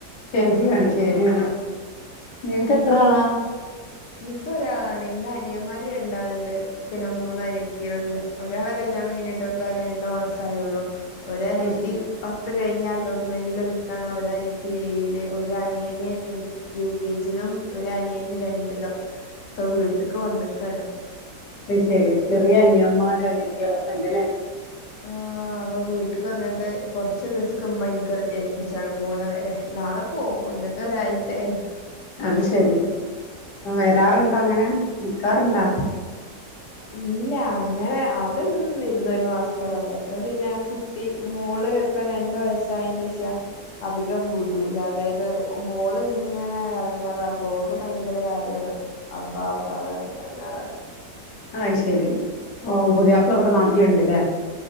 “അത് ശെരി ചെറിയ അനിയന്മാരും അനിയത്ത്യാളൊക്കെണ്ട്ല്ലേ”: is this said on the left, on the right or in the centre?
Left